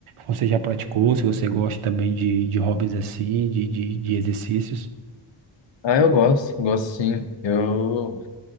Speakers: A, on the right; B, on the left.
A: você já praticou, se você gosta também de, de hobbies assim, de, de, de exercícios. <laughs>
B: Ah, eu gosto, gosto sim. Eu,